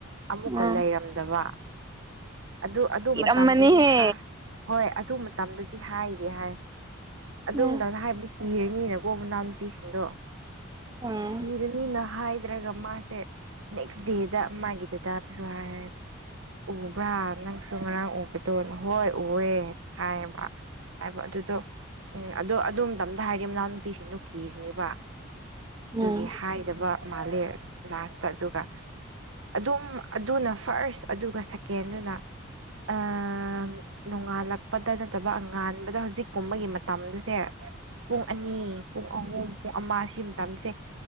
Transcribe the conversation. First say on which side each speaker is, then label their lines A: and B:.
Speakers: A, on the right (about 70°); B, on the right (about 20°).
A: ꯑꯃꯨꯛꯀ
B: ꯑꯥ
A: ꯂꯩꯔꯝꯗꯕ ꯑꯗꯨ ꯑꯗꯨ
B: ꯀꯤꯔꯝꯃꯅꯤꯍꯦ
A: ꯃꯇꯝꯗꯗꯤ ꯍꯥ ꯍꯣꯏ ꯑꯗꯨ ꯃꯇꯝꯗꯗꯤ ꯍꯥꯏꯗꯦ ꯍꯥꯏ ꯑꯗꯨꯃꯇꯝ
B: ꯎꯝ
A: ꯍꯥꯏꯕꯗꯤ ꯀꯤꯔꯅꯤꯅꯀꯣ ꯃꯅꯥꯎꯅꯨꯄꯤꯁꯤꯡꯗꯣ
B: ꯎꯝ
A: ꯀꯤꯔꯅꯤꯅ ꯍꯥꯏꯗ꯭ꯔꯒ ꯃꯥꯁꯦ ꯅꯦꯛꯁ ꯗꯦꯗ ꯃꯥꯒꯤ ꯗꯗꯥꯗꯁꯨ ꯍꯥꯏ ꯎꯕ꯭ꯔꯥ ꯅꯪ ꯁꯨ ꯉꯔꯥꯡ ꯎꯕꯗꯣꯅ ꯍꯣꯏ ꯎꯋꯦ ꯍꯥꯏꯌꯦꯕ ꯍꯥꯏꯕ ꯑꯗꯨꯗꯣ ꯎꯝ ꯑꯗꯣ ꯑꯗꯨ ꯃꯇꯝꯗ ꯍꯥꯏꯔꯗꯤ ꯃꯅꯥꯎ ꯅꯨꯄꯤꯁꯤꯡꯗꯣ ꯀꯤꯔꯅꯤꯕ
B: ꯎꯝ
A: ꯗꯨꯒꯤ ꯍꯥꯏꯗꯕ ꯃꯥꯜꯂꯦ ꯂꯥꯁꯇ ꯑꯗꯨꯒ ꯑꯗꯨꯝ ꯑꯗꯨꯅ ꯐꯥꯔꯁ ꯑꯗꯨꯒ ꯁꯦꯀꯦꯟꯗꯨꯅ ꯑꯥ ꯅꯣ ꯅꯣꯡꯉꯥꯜꯂꯛꯄꯗ ꯅꯠꯇꯕ ꯉꯥꯟꯕꯗ ꯍꯧꯖꯤꯛꯀꯨꯝꯕꯒꯤ ꯃꯇꯝꯗꯨꯁꯦ ꯄꯨꯡ ꯑꯅꯤ ꯄꯨꯡ ꯑꯍꯨꯝ ꯄꯨꯡ ꯑꯃ ꯁꯤ ꯃꯇꯝꯁꯦ